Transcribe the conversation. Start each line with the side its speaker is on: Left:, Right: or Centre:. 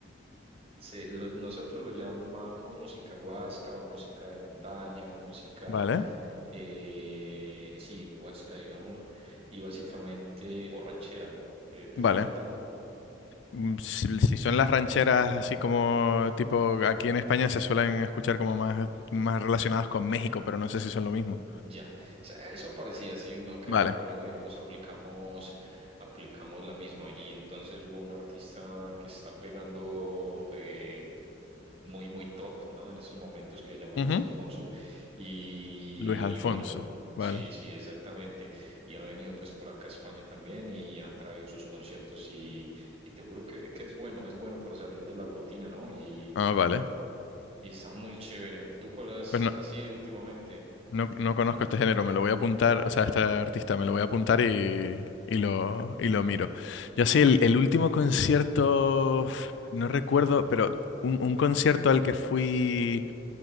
Right: se- lo- nosotros lo llamamos música huasca o música de montaña o música,
Left: Vale,
Right: eh, sí, huasca, digámoslo, y básicamente, o ranchera. ¿Te, te
Left: vale.
Right: suena el tema?
Left: Mm, Si, si son las rancheras así como tipo aquí en España se suelen escuchar como más, más relacionadas con México, pero no sé si son lo mismo.
Right: Ya, Sí, son parecidas, sino que
Left: Vale.
Right: en Colombia, digamos, aplicamos, aplicamos la misma. Y entonces hubo un artista que está pegando eh, muy, muy top, ¿no? En estos momentos que se llama
Left: Ujú.
Right: Luis Alfonso. Y,
Left: Luis Alfonso.
Right: y bueno,
Left: Vale.
Right: sí, sí, exactamente. Y ha venido pues por acá a España también y ha traído sus conciertos y, y te juro que, que es bueno, es bueno para salir de la rutina, ¿no? Y,
Left: Ah, vale.
Right: y está muy chévere. ¿Tú cuál has,
Left: Pues no.
Right: has ido últimamente?
Left: No, no conozco este género, me lo voy a apuntar, o sea, este artista me lo voy a apuntar y, y lo, y lo miro. Yo sí, el, el último concierto, f- no recuerdo, pero un, un concierto al que fui